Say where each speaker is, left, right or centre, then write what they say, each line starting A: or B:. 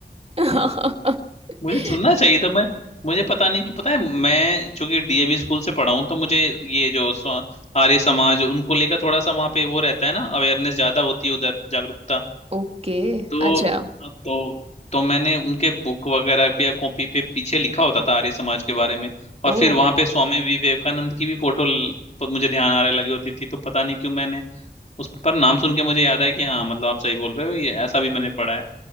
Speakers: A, on the right (about 35°); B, on the left (about 40°).
A: <laughs>
B: मुझे सुनना चाहिए था मैं मुझे पता नहीं कि पता है मैं चूंकि डीएवी स्कूल से पढ़ा हूँ तो मुझे ये जो स्व- आर्य समाज उनको लेकर थोड़ा सा वहाँ पे वो रहता है ना अवेयरनेस ज्यादा होती है उधर जागरूकता
A: ओके
B: तो
A: अच्छा
B: तो तो मैंने उनके बुक वगैरह पे या कॉपी पे पीछे लिखा होता था आर्य समाज के बारे में और
A: ओ
B: फिर वहां पे स्वामी विवेकानंद की भी फोटो ल- प- मुझे ध्यान आ रहा लगी होती थी तो पता नहीं क्यों मैंने उस पर नाम सुन के मुझे याद आया कि हाँ मतलब आप सही बोल रहे हो ये ऐसा भी मैंने पढ़ा है